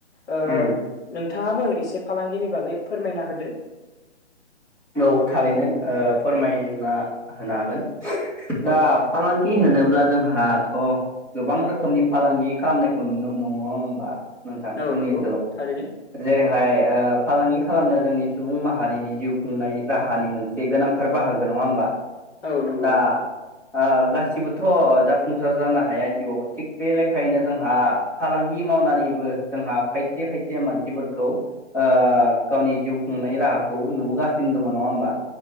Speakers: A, on the left (about 60°); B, in the centre.
A: ओ
B: उम
A: नोंथाङाबो एसे फालांगिनि बागै फोरमायना होदो
B: औ थारैनो ओ फोरमाय ना होनो हागोन दा
A: औ
B: फालांगि होनो ब्ला जोंहा थ' गोबां रोखोमनि फालांगि खालामनायखौ नुनो मोनो नङा होनबा नोंथां
A: औ
B: जोंनि
A: नंगौ
B: ओनसोलाव
A: थारैनो
B: जेरैहाय ओ फालांगि खालामनाया जोंनि सुबुं माहारिनि जिउ खुंनाय राहानि मोनसे गोनांथार बाहागो नङा होमबा
A: औ नंगौ
B: दा ओ गासै बोथ' जाफुंसार जानो हाया जिउआव थिग बे लेखायैनो जोंहा फालांगि मावनानैबो जोंहा खायसे खायसे मानसिफोरखौ आ गावनि जिउ खुंनाय राहाखौ नुबोगा सिनो दं नङा होमबा?